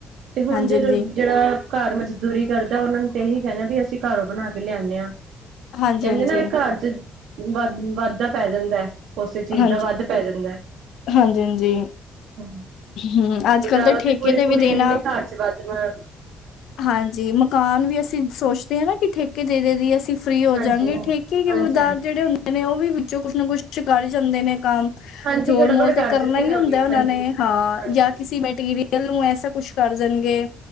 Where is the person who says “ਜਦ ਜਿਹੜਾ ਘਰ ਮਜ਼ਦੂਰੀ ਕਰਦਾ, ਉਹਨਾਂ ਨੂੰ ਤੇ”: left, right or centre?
Right